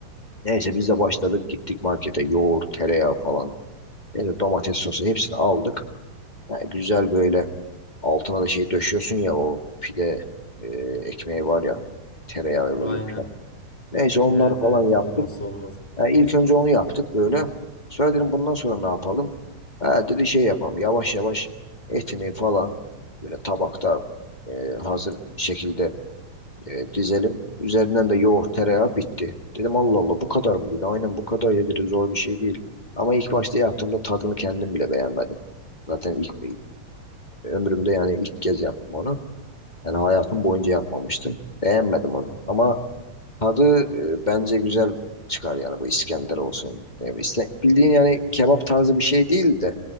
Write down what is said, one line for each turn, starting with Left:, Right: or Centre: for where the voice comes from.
Left: Neyse biz de başladık gittik markete yoğurt, tereyağı falan. Neyse domates sosu hepsini aldık. Ha, güzel böyle altına da şey döşüyorsun ya o pide e, ekmeği var ya tereyağıyla
Centre: <laughs> Aynen.
Left: yumuşak. Neyse onları
Centre: Evet
Left: falan
Centre: evet
Left: yaptık.
Centre: olmazsa olmazı.
Left: E, ilk önce onu yaptık böyle. Sonra dedim bundan sonra ne yapalım? Ha, dedi şey yapalım. Yavaş yavaş etini falan böyle tabakta e, hazır şekilde e, dizelim. Üzerinden de yoğurt, tereyağı bitti. Dedim Allah Allah bu kadar mı dedi. Aynen bu kadar ya dedi. Zor bir şey değil. Ama ilk başta yaptığımda tadını kendim bile beğenmedim. Zaten ilk e, ömrümde yani ilk kez yaptım onu. Yani hayatım boyunca yapmamıştım. Beğenmedim onu. Ama Tadı e, bence güzel çıkar yani bu İskender olsun. Ne bileyim, İsla- bildiğin yani kebap tarzı bir şey değil de